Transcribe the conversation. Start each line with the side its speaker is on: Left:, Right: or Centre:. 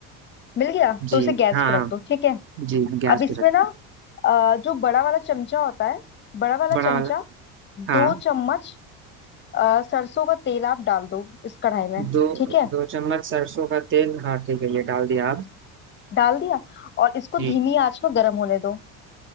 Left: मिल गया
Right: जी
Left: तो उसे गैस
Right: हाँ
Left: पर रख दो ठीक है
Right: जी गैस
Left: अब इसमें
Right: पे रखिए
Left: ना अ, जो बड़ा वाला चमचा होता है बड़ा वाला
Right: बड़ा
Left: चमचा
Right: वाला
Left: दो
Right: हाँ
Left: चम्मच अ, सरसों का तेल आप डाल दो इस कढ़ाई में
Right: दो
Left: ठीक है
Right: दो चम्मच सरसों का तेल हाँ ठीक है ये डाल दिया आप
Left: डाल दिया और इसको
Right: जी
Left: धीमी आंच में गर्म होने दो